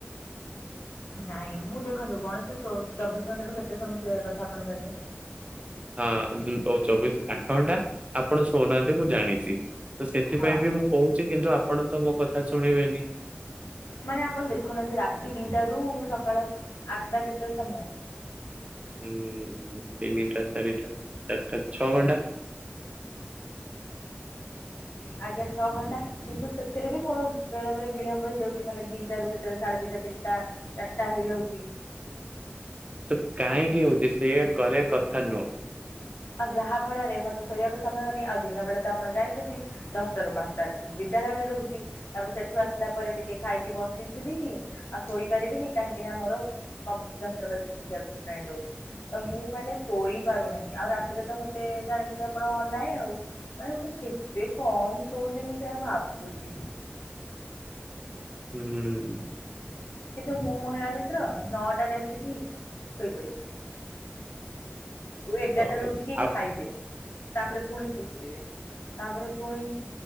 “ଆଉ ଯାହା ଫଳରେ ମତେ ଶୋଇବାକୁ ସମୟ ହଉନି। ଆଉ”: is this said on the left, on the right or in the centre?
Left